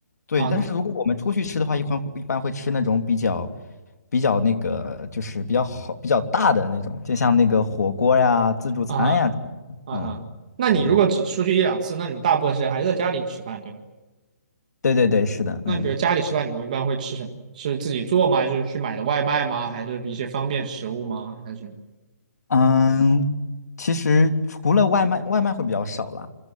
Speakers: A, on the left; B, on the right.
A: 对，
B: 哦，
A: 但是如果我们出去吃的话，
B: 那
A: 一般一般会吃那种比较比较那个，就是比较好、比较大的那种，就像那个火锅呀、自助餐呀。
B: 啊哈啊哈，
A: 嗯，
B: 那你如果只出去一两次，
A: 对对
B: 那你们大部分时间还是在家里吃饭，对吧？
A: 对对对，是的，
B: 那比如家里吃饭，
A: 嗯
B: 你们一般会吃什么？是自己做吗？还是去买的外卖吗？还是一些方便食物吗？还是什么
A: 嗯，其实除了外卖，外卖会比较少啦，